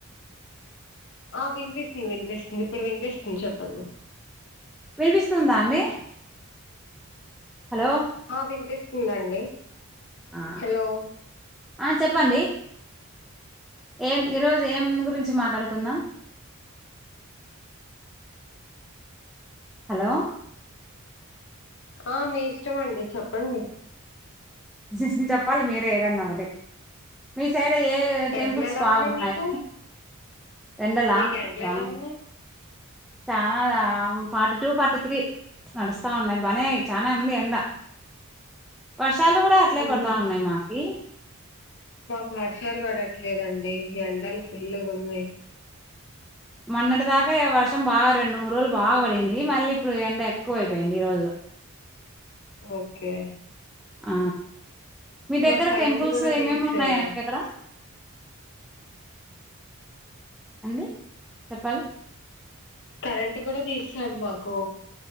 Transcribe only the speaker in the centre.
వినిపిస్తుందా అండి హలో
ఆ
ఆ చెప్పండి ఏం ఈరోజు ఏం గురించి మాట్లాడుకుందాం హలో
సిస్కి చెప్పాలి మీరే ఏదన్న ఒకటి మీ సైడ్ ఏ టెంపుల్స్
బాగున్నాయి
ఎండలా
రం
చాలానే ఆ ఫార్టీ టూ ఫార్టీ త్రీ నడుస్తా ఉన్నాయి బనే చాలానే ఉంది ఎండ వర్షాలు కూడా అట్లే
పడతా ఉన్నాయి మాకి
మొన్నటి దాకా ఇగ వర్షం బాగా రెండు మూడు రోజులు బాగా పడింది మళ్ళీ ఇప్పుడు ఎంత ఎక్కువైపోయింది ఈ రోజు
ఆ మీ
దగ్గర
టెంపుల్స్
ఏమేమి
ఉన్నాయంండి అక్కడ అండి చెప్పాలి